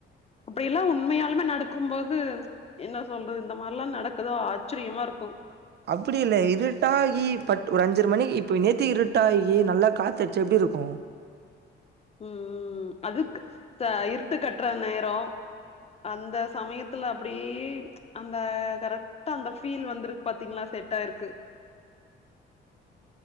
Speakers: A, on the left; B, on the right.
A: அப்படியெல்லா உண்மையாலுமே நடக்கும் போது என்ன சொல்றது இந்த மார்லா நடக் அக்குதா ஆச்சரியமா இருக்கு
B: அப்படி இல்ல இருட்டாகி பட் ஒரு அஞ்சர மணிக்கு இப்ப நேத்தி இருட்டாயி நல்லா காத்தடிச்சா எப்படி இருக்கு
A: ம் ம் ம் அதுக்கு ச இருட்டு கட்ற நேரோ அந்த சமயத்துல அப்படியே அந்த கரக்டா அந்த ஃபீல் வந்திருக் பாத்தீங்ளா செட் ஆயிருக்கு